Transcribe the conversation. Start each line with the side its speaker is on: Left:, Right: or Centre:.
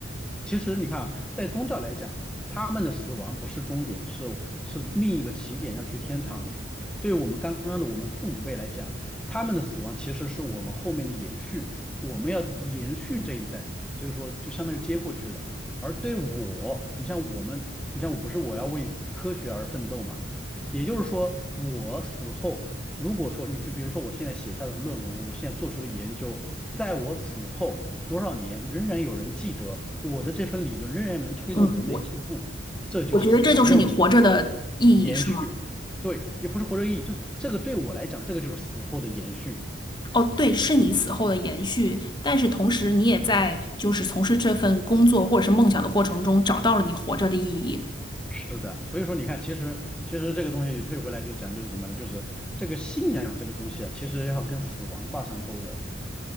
Centre: 其实你看啊，在宗教来讲，他们的死亡不是终点，是是另一个起点，要去天堂。对于我们刚刚的我们父母辈来讲，他们的死亡其实是我们后面的延续，我们要延续这一代，所以说就相当于接过去了。而对我，你像我们，你像我不是我要为科学而奋斗嘛？也就是说，我死后，如果说你比比如说我现在写下的论文，我现在做出的研究，在我死后多少年，仍然有人记得我的这份理论，仍然能推动人类进步，
Left: 嗯，我
Centre: 这就是我认为的
Left: 我觉得这就是你活着的意义，
Centre: 延续。
Left: 是吗？
Centre: 对，也不是活着意义，就这个对我来讲，这个就是死后的延续。
Left: 哦，对，是你死后的延续，但是同时你也在就是从事这份工作或者是梦想的过程中找到了你活着的意义。
Centre: 是的，所以说你看，其实其实这个东西退回来就讲就是什么呢？就是这个信仰这个东西啊，其实要跟死亡挂上钩的。